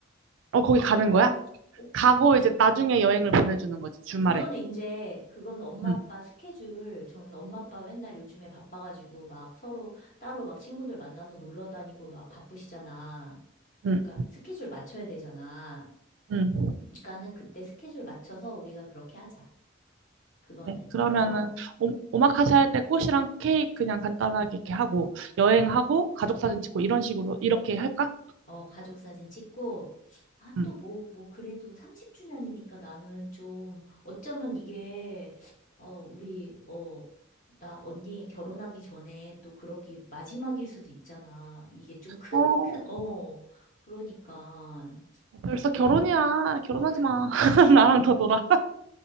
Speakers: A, on the right (about 65°); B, on the left (about 40°).
A: 어, 거기 가는 거야?
B: 어,
A: 가고
B: 어,
A: 이제 나중에 여행을 보내주는 거지, 주말에.
B: 그거는 이제, 그거는 엄마
A: 응,
B: 아빠 스케줄 정해서 엄마 아빠 맨날 요즘에 바빠가지고 막 서로 따로 막 친구들 만나서 놀러 다니고 막 바쁘시잖아.
A: 응,
B: 그러니까 스케줄 맞춰야 되잖아.
A: 응.
B: 그러니까는 그때 스케줄 맞춰서 우리가 그렇게 하자. 그거는.
A: 네, 그러면은,
B: 어,
A: 오, 오마카세 할 때 꽃이랑 케이크 그냥 간단하게 이렇게 하고, 여행하고, 가족 사진
B: 음.
A: 찍고, 이런 식으로, 이렇게 할까?
B: 어, 가족 사진 찍고, 아,
A: 응.
B: 또 뭐, 뭐, 그래도 30주년이니까 나는 좀, 어쩌면 이게, 어, 우리, 어, 나 언니 결혼하기 전에 또 그러기 마지막일 수도 있잖아. 이게 좀 큰,
A: 어,
B: 큰, 어, 그러니까,
A: 어, 벌써
B: 어때?
A: 결혼이야. 결혼하지
B: 어? <laughs>
A: 마. <laughs> 나랑 더 놀아.